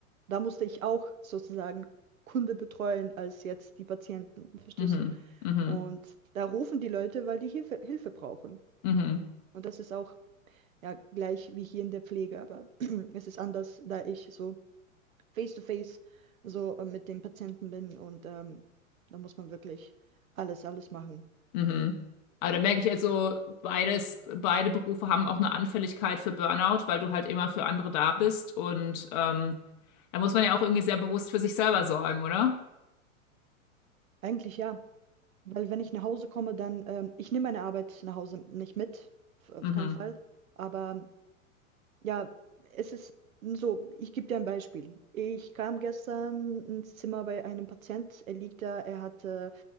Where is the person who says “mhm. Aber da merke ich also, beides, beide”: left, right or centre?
Left